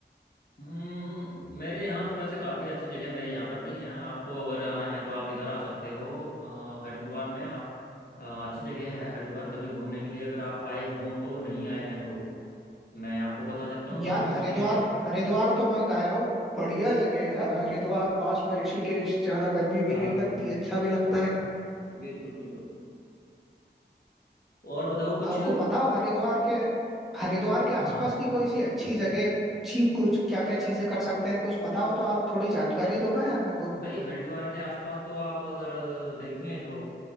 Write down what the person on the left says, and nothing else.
हम्म मेरे यहाँ तो वैसे काफ़ी अच्छी जगह मेरे यहाँ पर भी हैं आपको अगर आना है तो आप इधर आ सकते हो अ, हरिद्वार में आप अ, अच्छी जगह है हरिद्वार कभी घूमने के लिए अगर आप आए हों तो नहीं आए हैं तो मैं आपको बता देता हूँ काफ़ी
अच्छी
जगह है
हाँ
हाँ
बिल्कुल बिल्कुल और बताओ कुछ
हाँ
भाई हरिद्वार के आसपास तो आप अगर देखें तो